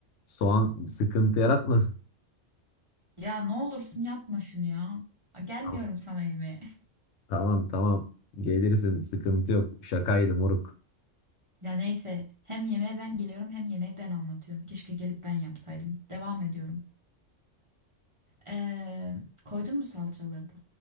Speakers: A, on the left; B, on the right.
A: soğan sıkıntı yaratmasın.
B: Ya ne olursun yapma şunu ya. A, Gelmiyorum
A: Tamam
B: sana yemeğe. <laughs>
A: tamam tamam gelirsin sıkıntı yok şakaydı moruk.
B: Ya neyse hem yemeğe ben geliyorum hem yemeğe ben anlatıyorum. Keşke gelip ben yapsaydım. Devam ediyorum. Ee, koydun mu salçaları da?